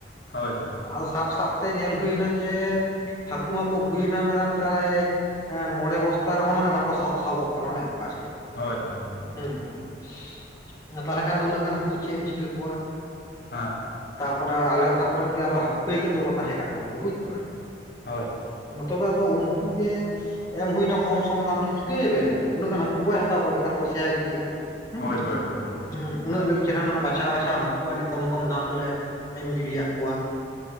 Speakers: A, on the left; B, on the left.
A: ᱦᱳᱭᱻᱦᱳᱭ᱾
B: ᱟᱫᱚ ᱥᱟᱵ ᱥᱟᱵᱛᱮ ᱧᱮᱞ ᱦᱩᱭᱱᱟ ᱡᱮ ᱦᱟᱹᱠᱩ ᱢᱟᱠᱚ ᱦᱩᱭᱱᱟ ᱢᱟᱱᱮᱮ ᱯᱨᱟᱭ ᱦᱮᱸ ᱢᱚᱬᱮ ᱵᱚᱥᱛᱟ ᱨᱮᱦᱚᱸ ᱢᱟᱱᱮ ᱵᱟᱠᱚ ᱥᱟᱦᱚᱵ ᱥᱟᱦᱚᱵᱚᱜ ᱠᱟᱱᱟ ᱚᱱᱮ ᱚᱱᱠᱟ ᱟᱨ ᱪᱮᱫ ᱾
A: ᱦᱳᱭᱻᱦᱳᱭ᱾
B: ᱦᱮᱸᱻᱦᱮᱸᱻ ᱛᱟᱦᱚᱞᱮ ᱠᱷᱟᱱ ᱫᱚ ᱩᱱᱟᱹᱜ ᱜᱟᱱ ᱦᱟᱹᱠᱩ ᱪᱮᱜ ᱮᱢ ᱪᱤᱠᱟᱹ ᱠᱚᱣᱟ ᱾
A: ᱦᱮᱸ
B: ᱛᱟᱯᱚᱨᱮ ᱟᱞᱮ ᱚᱱᱟ ᱠᱚᱨᱮᱱ ᱜᱮ ᱟᱨᱚ, ᱦᱟᱹᱠᱩ ᱯᱟᱹᱭᱠᱟᱹᱨ ᱠᱚᱠᱚ ᱛᱟᱦᱮᱸ ᱠᱟᱱᱟ ᱜᱚᱝᱠᱮ ᱵᱩᱡ ᱫᱟᱵᱮᱱ ᱾
A: ᱦᱳᱭ ᱾
B: ᱛᱚᱵᱮ ᱟᱫᱚ ᱩᱱᱠᱩ ᱜᱮ ᱮᱢ ᱦᱩᱭᱱᱟ ᱠᱚᱢ ᱥᱚᱢ ᱫᱟᱢ ᱛᱮ ᱪᱤᱠᱟᱹ ᱭᱟᱵᱮᱱ, ᱩᱱᱟᱹᱜ ᱜᱟᱱ ᱦᱟᱹᱠᱩ ᱠᱚ ᱦᱟᱛᱟᱣ ᱠᱚᱣᱟ ᱾ ᱵᱮᱠᱟᱨ ᱠᱚ ᱥᱮᱭᱭᱟ ᱜᱤᱰᱤᱜᱼᱟ ᱾ ᱦᱮᱸᱻ
A: ᱦᱳᱭ ᱦᱳᱭ ᱦᱳᱭ ᱦᱳᱭ
B: ᱦᱸᱻ, ᱩᱱᱟᱹᱜ ᱪᱮᱨᱦᱟ ᱢᱟᱱᱮ ᱵᱟᱪᱷᱟᱣ ᱵᱟᱪᱷᱟᱣ ᱦᱟᱹᱠᱩ ᱠᱚ ᱟᱹᱰᱤ ᱠᱚᱢ ᱠᱚᱢ ᱫᱟᱢ ᱛᱮᱞᱮ ᱮᱢ ᱜᱤᱰᱟᱜ ᱠᱚᱣᱟ